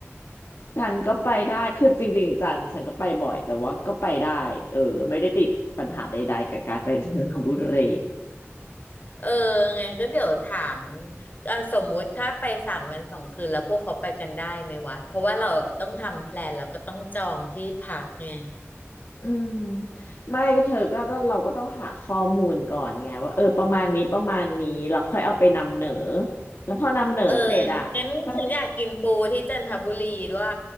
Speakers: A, on the left; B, on the left.
A: จันทร์ก็ไปได้คือจริงๆจันทร์ฉันก็ไปบ่อยแต่ว่าก็ไปได้เออไม่ได้ติดปัญหาใดๆกับการไปจันทบุรี
B: เอองั้นก็เดี๋ยวถามเอ่อสมมุติถ้าไปสามวันสองคืนแล้วพวกเขาไปกันได้ไหมวะเพราะว่าเราต้องทำแพลนแล้วก็ต้องจองที่พักไง
A: อืมไม่ก็เธอก็ต้องเราก็ต้องหาข้อมูลก่อนไงว่าเออประมาณนี้ประมาณนี้เราค่อยเอาไปนำเหนอแล้วพอนำเหนอเสร็จอ่ะก็
B: เอองั้นฉันอยากกินปูที่จันทบุรีด้วย